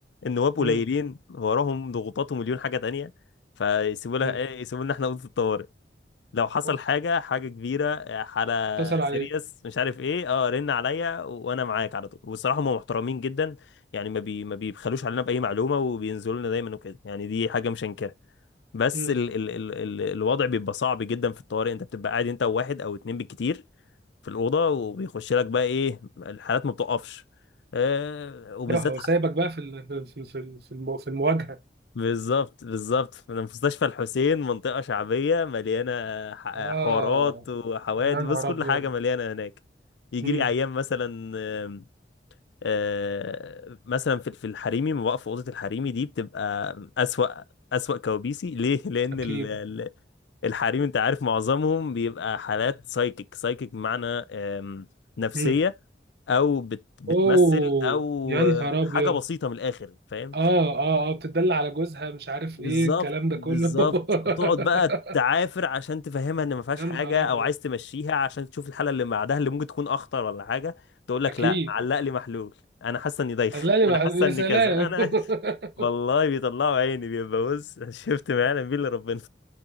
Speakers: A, on the left; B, on the right.
A: النواب قليلين
B: امم
A: وراهم ضغوطات ومليون حاجه تانية فيسيبوا لها
B: امم
A: ايه يسيبوا لنا احنا اوضه الطوارئ لو حصل
B: اوف
A: حاجه حاجه كبيره آه، حاله
B: اتصل
A: سيريس
B: عليه
A: مش عارف ايه اه رن عليا و- وانا معاك على طول والصراحه هم محترمين جدا يعني ما بي ما بيبخلوش علينا باي معلومه وبينزلوا لنا دايما وكده يعني دي حاجه مش هنكرها بس
B: امم
A: ال ال ال ال الوضع بيبقى صعب جدا في الطوارئ انت بتبقى قاعد انت وواحد او اتنين بالكتير في الأوضة وبيخش لك بقى إيه الحالات ما بتقفش آه وبالذات
B: ايوه هو سايبك بقى في ال... في في في في المو- في المواجهه
A: بالظبط بالظبط في مستشفى الحسين منطقة شعبية مليانة ح-
B: اه
A: حوارات وحوادث
B: يا نهار
A: بص كل
B: ابيض
A: حاجة مليانة هناك يجي
B: امم
A: لي أيام مثلا آم، آه، مثلا في في الحريمي ما بقف في أوضة الحريمي دي بتبقى أسوأ أسوأ كوابيسي <laughs> ليه؟ لأن
B: اكيد
A: ال- ال- الحريم أنت عارف معظمهم بيبقى حالات سايكيك سايكيك بمعنى آم، نفسية
B: امم
A: او بت بتمثل
B: اوه
A: او
B: يا
A: آه،
B: نهار ابيض
A: حاجه بسيطه من الاخر فاهم
B: اه اه اه بتدل على جوزها مش عارف
A: بالظبط
B: ايه الكلام ده
A: بالظبط
B: كله
A: وتقعد
B: <laughs>
A: بقى تعافر عشان تفهمها ان ما فيهاش
B: يا
A: حاجه
B: نهار ابيض
A: او عايز تمشيها عشان تشوف الحلقه اللي بعدها اللي ممكن تكون اخطر ولا حاجه تقول لك
B: اكيد
A: لا علق
B: اكيد
A: لي محلول انا حاسه اني دايخ
B: لا لي
A: انا
B: مع-
A: حاسه
B: يا
A: اني
B: سلام
A: كذا انا
B: <laughs>
A: <laughs> والله بيطلعوا عيني بيبقى بص <laughs> شفت ما يعلم بيه الا ربنا